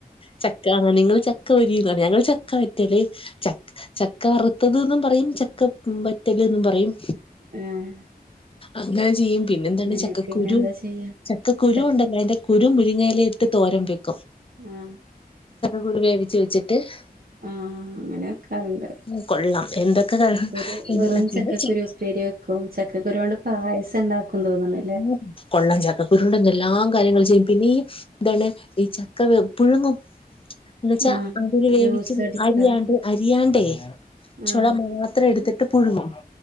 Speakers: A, on the left (about 35°); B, on the right (about 65°).
A: ചക്ക ആ നിങ്ങള് ചക്ക പൊരിന്ന് ഞങ്ങള് ചക്ക വറ്റല് ചക് ചക്കവർ ത്തത് ന്നും പറയും ചക്ക വറ്റല്ന്നും പറയും
B: ആഹ്
A: അങ്ങനെ ചെയ്യും പിന്നെ എന്താണ്
B: അങ്ങനെ
A: ചക്കുകുരു
B: പിന്നെ എന്താ ചെയ്യാ
A: ചക്കക്കുരു
B: ച
A: ഉണ്ടല്ലോ അതിന്റെ കുരു മുരിങ്ങയിലെ ഇട്ട് തോരം വെയ്ക്കും.
B: ആ
A: കുരു വേവിച്ച് വെച്ചിട്ട് ഹ്
B: ആ ഹ് അങ്ങനെക്കാറുണ്ട്.
A: ഉം കൊള്ളാം എന്തൊക്കെ
B: ചക്കക്കുരി
A: ക എന്തെല്ലാം
B: വെറും
A: പിന്നെ
B: ചക്കക്കുരു
A: ചക്ക
B: ഉപ്പേരി വെക്കും ചക്കക്കുരു കൊണ്ട് പായസം ണ്ടാക്കും തോന്ന്ണ്.
A: മ് കൊള്ളാ ചക്ക കുരുണ്ടോന്തേല്ലാം ആ കാര്യങ്ങൾ ചെയ്യും പിന്നെ ഈ ന്താണ് ഈ ചക്ക പുഴുങ്ങും എന്നു ച്ചാ
B: ആഹ്
A: അതൊരു വേവിച്ച്
B: ജ്യൂസ് അടിക്ക
A: അരിയാണ്ട് അരിയാണ്ടേ ചോള
B: ആഹ്
A: മാത്രം എടുത്ത് ട്ട് പുഴുങ്ങും